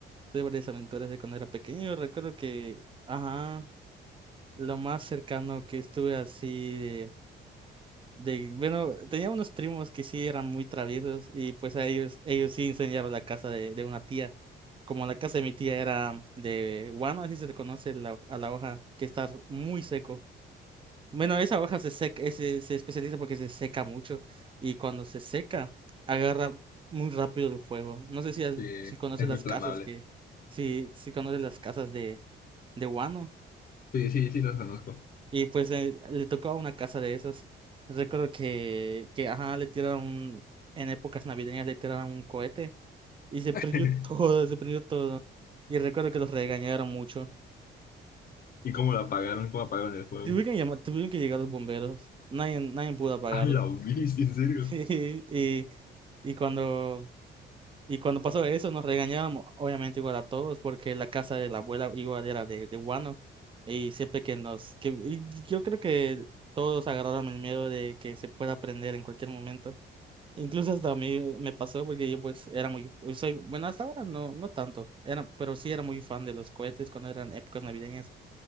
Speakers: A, on the right; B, on the left.
A: Tuve varias aventuras de cuando era pequeño. Recuerdo que, ajá, lo más cercano que estuve así de, de, bueno, tenía unos primos que sí eran muy traviesos y pues a ellos, ellos sí incendiaron la casa de, de una tía. Como la casa de mi tía era de guano, así se le conoce la- a la hoja, que está muy seco. Bueno, esa hoja se seca, eh, se, se especializa porque se seca mucho y cuando se seca agarra muy rápido el fuego. No sé si, has-
B: Sí,
A: si conoces
B: es muy
A: las
B: flamable.
A: casas que, si, si conoces las casas de, de Wano
B: Sí, sí, sí, los conozco.
A: y pues eh, le tocó a una casa de esas. Recuerdo que, que ajá, le tiraron un- en épocas navideñas le tiraron un cohete y se
B: <laughs>
A: prendió <laughs> todo, se prendió todo. Y recuerdo que los regañaron mucho.
B: ¿Y cómo la apagaron? ¿Cómo apagaron el juego?
A: Tuvieron que llamar, tuvieron que llegar los bomberos. Nadie, nadie pudo apagarlo.
B: <laughs> A la bici, en serio.
A: <laughs> Y, y cuando, y cuando pasó eso, nos regañábamos, obviamente igual a todos, porque la casa de la abuela igual era de, de guano. Y siempre que nos, que y yo creo que todos agarraron el miedo de que se pueda prender en cualquier momento. Incluso hasta a mí me pasó porque yo pues era muy, soy, bueno, hasta ahora no, no tanto, era, pero sí era muy fan de los cohetes cuando eran épocas navideñas.